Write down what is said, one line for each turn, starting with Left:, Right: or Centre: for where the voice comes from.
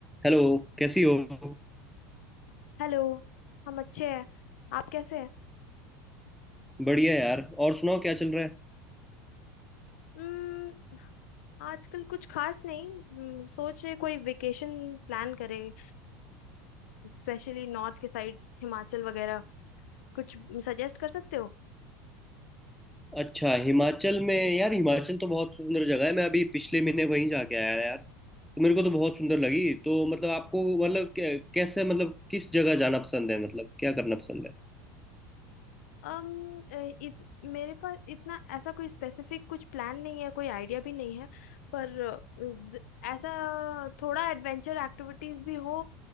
Centre: Hello कैसी हो
Left: Hello हम अच्छे हैं आप कैसे हैं
Centre: बढ़िया यार और सुनाओ क्या चल रहा है
Left: हम्म, आजकल कुछ खास नहीं हम्म, सोच रहे कोई वेकेशन प्लान करें स्पेशली नॉर्थ के साइड हिमाचल वगैरह कुछ सजेस्ट कर सकते हो
Centre: अच्छा हिमाचल में यार हिमाचल तो बहुत सुंदर जगह है मैं अभी पिछले महीने वहीं जाके आया यार तो मेरे को तो बहुत सुंदर लगी तो मतलब आपको मतलब कै- कैसे मतलब किस जगह जाना पसंद है मतलब क्या करना पसंद है
Left: अम अ, इत, मेरे पास इतना ऐसा कोई स्पेसिफिक कुछ प्लान नहीं है कोई आइडिया भी नहीं है पर अ, ज- ऐसा थोड़ा एडवेंचर एक्टिविटीज भी हो